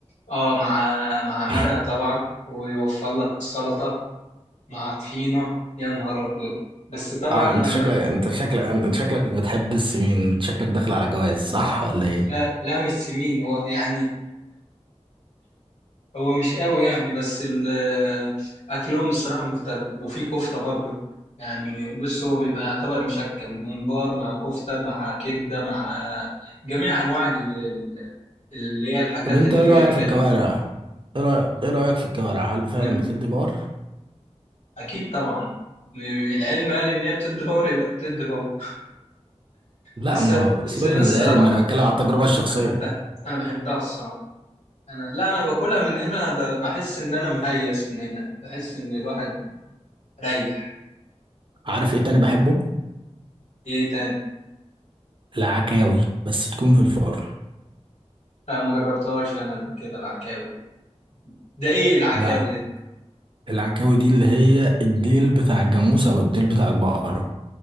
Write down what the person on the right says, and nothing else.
<laughs>
اه
انت شكلك
انت شكلك انت شكلك بتحب السمين انت شكلك داخل على جواز صح ولا ايه
طب انت
ايه رأيك
في الكوارع ايه رأيك, إيه رأيك في الكوارع هل فعلا
بتدي باور
لا
ما هو
سيبك
من
العلم انا بتكلم على التجربة الشخصية
عارف ايه تاني بحبه
العكاوي بس تكون في الفرن
لا
العكاوي دي اللي هي الديل بتاع الجاموسة او الديل بتاع البقرة